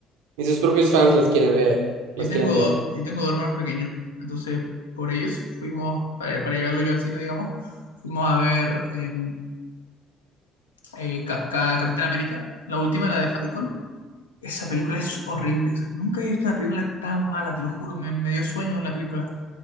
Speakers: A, on the right; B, on the left.
A: ni sus propios fans las quiere ver,
B: Yo
A: las
B: tengo,
A: quieren
B: do-
A: ver.
B: yo tengo dos hermanos pequeños, entonces por ellos fuimos, para, para llevarlo yo al cine, digamos, fuimos a ver eh, eh, Ca- Ca- Capitán América, la última, la de Falcon. Esa película es horrible, o sea, nunca he visto una película tan mala, te lo juro, me, me dio sueño en la película.